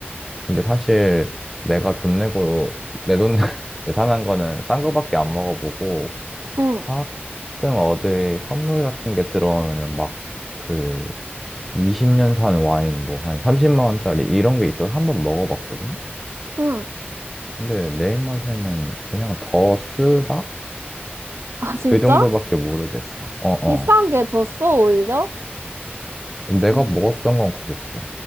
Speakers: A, in the centre; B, on the right.
A: 근데 사실 내가 돈 내고 내 돈 <laughs> 내 사는 거는 싼 거밖에 안 먹어보고
B: 응,
A: 가끔 어디 선물 같은 게 들어오면은 막 그 20년 산 와인 뭐 한 30만 원짜리 이런 게 있어서 한번 먹어봤거든?
B: 응.
A: 근데 내 입맛에는 그냥 더 쓰다?
B: 아, 진짜?
A: 그 정도밖에 모르겠어. 어어.
B: 비싼 게 더 써, 오히려?
A: 내가
B: 음,
A: 먹었던 건 그랬어.